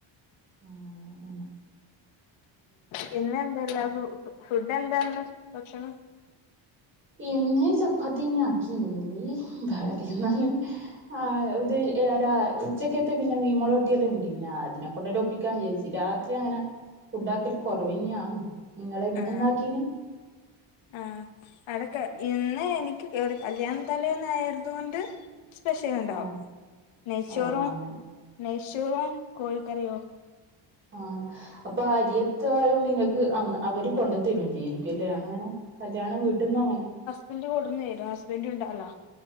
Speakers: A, on the right; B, on the left.
A: ഉം ഉം
B: പിന്നെ എന്തല്ല ഫുഡ് എന്താന്ന് ഭക്ഷണം
A: പിന്നെ ചപ്പാത്തിന്നെ ആക്കീനു <unintelligible> എന്നല് ആ ഇത് ഒരാഴ്ച്ചക്കത്ത് പിന്നെ മീമോളൊട്ടിയത് ഉണ്ട് പിന്നെ അതിനെക്ക കൊണ്ടല്ലോ ഒപ്പിക്കാൻ വിചാച്ച് രാത്രി അങ്ങനെ ഫുഡ് ആക്കൽ കൊറവഞ്ഞാന്ന് ഇങ്ങള്
B: ആ
A: എന്നാക്കീന്
B: ആഹ് അടക്കെ ഇന്ന് എനി <unintelligible> കല്യാണ തലേന്ന് ആയതോണ്ട് സ്പെഷ്യൽ ഉണ്ടാവും
A: ആഹ്
B: നെയ്ച്ചോറും
A: ഓ അങ്ങനെ
B: നെയ്ച്ചോറും കോഴിക്കറിയോ
A: ആഹ് അപ്പൊ അരിയത്തായോണ്ട് നിങ്ങക്ക് അവര് കൊണ്ട്ത്തരും ജീരിക്കുംല്ലേ അങ്ങനെ കല്യാണം വീട്ടിൽന്ന് അങ്ങനെ
B: ഹസ്ബന്റ് കൊട്ന്നരും ഹസ്ബന്റ് ഉണ്ടല്ലോ